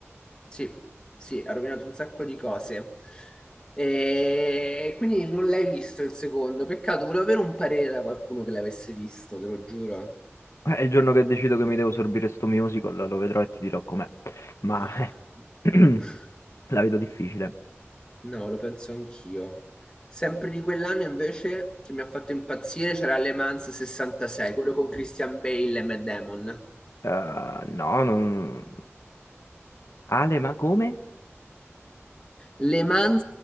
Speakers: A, on the left; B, on the left.
A: Sì, sì, ha rovinato un sacco di cose. E quindi non l'hai visto il secondo. Peccato, volevo avere un parere da qualcuno che l'avesse visto, te lo giuro.
B: Eh, il giorno che decido che mi devo sorbire sto musical, lo vedrò e ti dirò com'è. Ma...
A: <laughs>
B: <clears throat> La vedo difficile.
A: No, lo penso anch'io. Sempre di quell'anno invece che mi ha fatto impazzire c'era Le Mans 66, quello con Christian Bale e Matt Damon.
B: Eh, no, non... Ale, ma come?
A: Le Mans